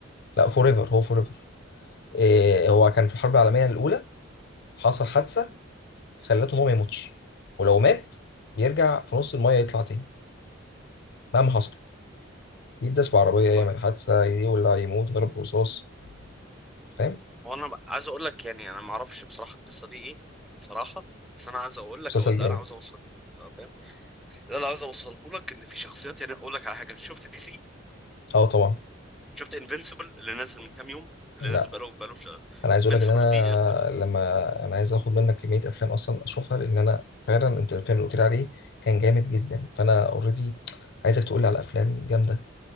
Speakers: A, on the left; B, in the centre.
A: لا فور ايفر هو فور ايفر إيه هو كان في الحرب العالميه الاولى حصل حادثه خلته ان هو ما يموتش ولو مات بيرجع في نص المايه يطلع تاني مهما حصل يداس بعربية
B: والله
A: يعمل حادثة يولع يموت يضرب برصاص فاهم
B: هو انا عايز اقول لك يعني انا ما اعرفش بصراحه القصه دي ايه بصراحه بس انا عايز اقول لك
A: مسلسل
B: او اللي
A: جامد
B: انا عاوز اوصل آه، فاهم اللي انا عاوز اوصله لك ان في شخصيات يعني اقول لك على حاجه شفت دي سي
A: اه طبعا
B: شفت انفينسيبل اللي نازل من كام يوم اللي
A: لا
B: نازل بقاله بقاله شهر
A: انا عايز
B: انفينسيبل
A: اقول لك ان انا
B: دي
A: لما انا عايز اخد منك كمية افلام اصلا اشوفها لان انا فعلا انت الفيلم اللي قلت لي عليه كان جامد جدا فانا اوريدي عايزك تقول لي على افلام جامدة